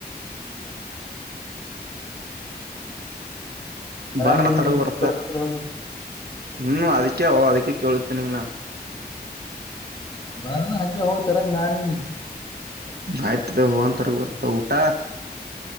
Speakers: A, on the left; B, on the right.
A: ಹ್ಮ್ ಆರಾಮ್
B: ಬಾರಣ
A: ನಿಮ್ದು
B: ತಡಗು
A: ನಿಮ್
B: ಬರ್ತ್ತ
A: ತರ್ಬೇಕಲ್ಲ ಹೋಗಿ
B: ಹ್ಮ್ ಅದಕ್ಕೆ ಅದಕ್ಕೆ ಕೇಳತೀನಂಗಣ
A: ಬರ ಹಗೆ ಹೋಗ್ತಾರ ನಾನಿ
B: ಆಯ್ತದೆ ಹೋಗಂತರಗ ಬರ್ತ ಊಟ